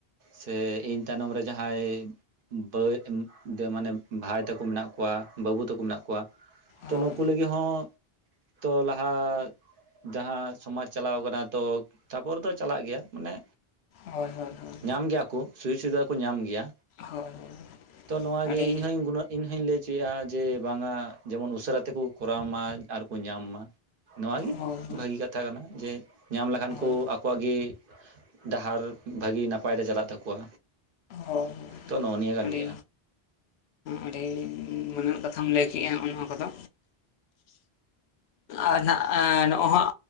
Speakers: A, on the right; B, on the left.
A: ᱥᱮ ᱤᱧ ᱛᱟᱭᱱᱚᱢ ᱨᱮ ᱡᱟᱦᱟᱸᱭ ᱵᱟᱹᱭ ᱢᱟᱱᱮ ᱵᱷᱟᱭ ᱛᱟᱠᱚ ᱢᱮᱱᱟᱜ ᱠᱚᱣᱟ ᱵᱟᱹᱵᱩ ᱛᱟᱠᱚ ᱢᱮᱱᱟᱜ ᱠᱚᱣᱟ ᱛᱚ
B: ᱦᱩᱸ
A: ᱱᱩᱠᱩ ᱞᱟᱹᱜᱤᱫ ᱦᱚᱸ ᱛᱚ ᱞᱟᱦᱟ ᱡᱟᱦᱟᱸ ᱥᱚᱢᱟᱡᱽ ᱪᱟᱞᱟᱣ ᱠᱟᱱᱟ ᱛᱚ ᱛᱟᱯᱚᱨ ᱫᱚ ᱪᱟᱞᱟᱜ ᱜᱮᱭᱟ ᱢᱟᱱᱮ
B: ᱦᱳᱭ ᱦᱳᱭ ᱦᱳᱭ ᱦᱳᱭ ᱦᱳᱭ
A: ᱧᱟᱢ ᱜᱮᱭᱟ ᱠᱚ ᱥᱩᱡᱳᱜ ᱥᱩᱵᱤᱫᱷᱟ ᱠᱚ ᱧᱟᱢ ᱜᱮᱭᱟ
B: ᱦᱳᱭ ᱦᱳᱭ
A: ᱛᱚ ᱱᱚᱣᱟ ᱜᱮ
B: ᱟᱹᱰᱤ
A: ᱤᱧ ᱩᱱᱟᱹᱜ ᱤᱧ ᱦᱚᱧ ᱞᱟᱹᱭ ᱪᱚᱭᱮᱭᱟ ᱡᱮ ᱵᱟᱝᱟ ᱡᱮᱢᱚᱱ ᱩᱥᱟᱹᱨᱟ ᱛᱮᱠᱚ ᱠᱚᱨᱟᱣ ᱢᱟ ᱟᱨ ᱠᱚ ᱧᱟᱢ ᱢᱟ ᱱᱚᱣᱟᱜᱮ
B: ᱦᱳᱭ ᱦᱳᱭ
A: ᱵᱷᱟᱹᱜᱤ ᱠᱟᱛᱷᱟ ᱠᱟᱱᱟ ᱡᱮ ᱧᱟᱢ ᱞᱮᱠᱷᱟᱱ ᱠᱚ
B: ᱦᱳᱭ
A: ᱟᱠ ᱟᱠᱚᱣᱟᱜ ᱜᱮ ᱰᱟᱦᱟᱨ ᱵᱷᱟᱹᱜᱤ ᱱᱟᱯᱟᱭ ᱛᱮ ᱪᱟᱞᱟᱜ ᱛᱟᱠᱚᱣᱟ
B: ᱚ
A: ᱛᱚ ᱱᱚᱜᱼᱚ ᱱᱤᱭᱟᱹ ᱠᱟᱱ
B: ᱟᱹᱰᱤ
A: ᱜᱮᱭᱟ
B: ᱟᱹᱰᱤ ᱢᱟᱹᱱ ᱟᱱᱟᱜ ᱠᱟᱛᱷᱟᱢ ᱞᱟᱹᱭ ᱠᱮᱜᱼᱟ ᱚᱱᱚᱣᱟ ᱠᱚᱫᱚ ᱟᱨ ᱱᱟᱦᱟᱜ ᱱᱚᱜᱼᱚᱭ